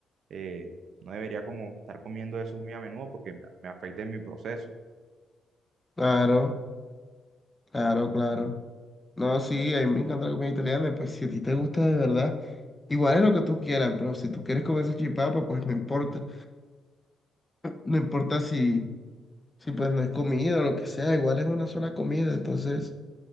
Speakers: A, on the right; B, on the left.
A: eh, no debería como estar comiendo eso muy a menudo porque me, me afecta en mi proceso.
B: Claro, claro, claro. No, sí, a mí me encanta la comida italiana. y Pues si a ti te gusta de verdad, igual es lo que tú quieras, pero si tú quieres comer salchipapa, pues no importa. No importa si Sí, pues no es comida o lo que sea, igual es una sola comida, entonces